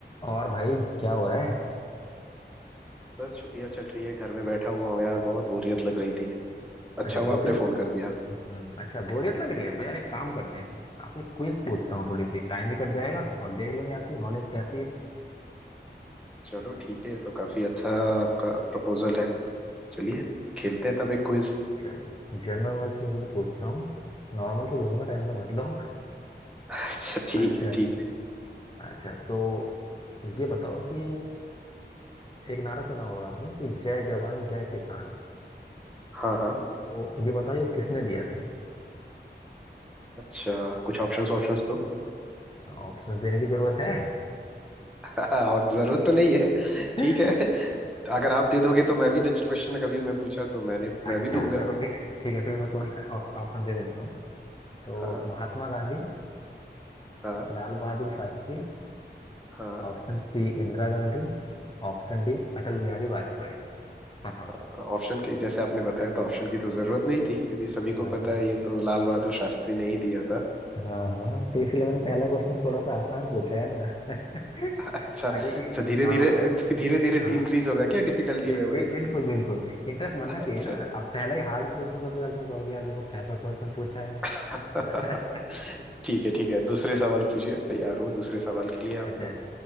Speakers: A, on the left; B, in the centre.
A: और भाई क्या हो रहा है
B: बस छुट्टियां चल रही है घर में बैठा हुआ हूँ यार बहुत बोरियत लग रही थी
A: अच्छा
B: अच्छा हुआ
A: बोरियत
B: आपने फोन कर दिया
A: हम्म, अच्छा बोरियत लग रही है तो यार एक काम करते हैं आपसे क्विज पूछता हूँ थोड़ी सी टाइम भी कट जाएगा और देख लेंगे आपकी नॉलेज कैसी है
B: चलो ठीक है ये तो काफी अच्छा आपका प्रपोजल है चलिए खेलते हैं तब एक क्विज
A: चलो जनरल नॉलेज से तो पूछता हूँ नॉर्मल से पूछूंगा टाइम से मत लो
B: अच्छा
A: <laughs>
B: ठीक
A: अच्छा
B: है ठीक है
A: अच्छा तो ये बताओ कि एक नारा सुना होगा आपने कि जय जवान जय किसान
B: हाँ हाँ
A: तो ये बताओ ये किसने दिया था
B: अच्छा कुछ ऑप्शंस ऑप्शंस दो
A: ऑप्शन देने की जरूरत है
B: <laughs> और जरूरत तो नहीं है
A: <laughs>
B: ठीक है अगर आप दे दोगे तो मैं भी नेक्स्ट क्वेश्चन कभी मैं पूछा तो मैंने
A: अच्छा
B: मैं भी दूंगा
A: चलो ठीक है ठीक है फिर मैं कुछ ऑप्शन दे देता हूँ तो
B: हाँ
A: Mahatma Gandhi
B: हाँ
A: Lal Bahadur Shastri
B: हाँ
A: option C Indira Gandhi option D Atal Bihari Vajpayee बताओ
B: हाँ, ऑप्शन की जैसे आपने बताया तो ऑप्शन की तो जरूरत नहीं थी क्योंकि सभी
A: हाँ
B: को पता है ये तो लाल बहादुर शास्त्री ने ही दिया था
A: हाँ हाँ, तो इसलिए मैंने पहला क्वेश्चन थोड़ा सा आसान पूछा है ना <laughs>
B: अच्छा
A: ताकि
B: अच्छा
A: इ-
B: धीरे
A: हाँ
B: धीरे धीरे धीरे
A: हाँ
B: इंक्रीज होगा क्या डिफिकल्टी
A: बि,
B: लेवल
A: बि, बिल्कुल बिल्कुल इंटरेस्ट बनना
B: अच्छा
A: चाहिए ना अब पहला ही हार्ड पूछ दूंगा तो यार तुम कहोगे यार देखो कैसा क्वेश्चन पूछा है
B: <laughs>
A: <laughs>
B: ठीक है ठीक है दूसरे सवाल पूछिए तैयार हूँ दूसरे सवाल के लिए
A: अच्छा
B: आपका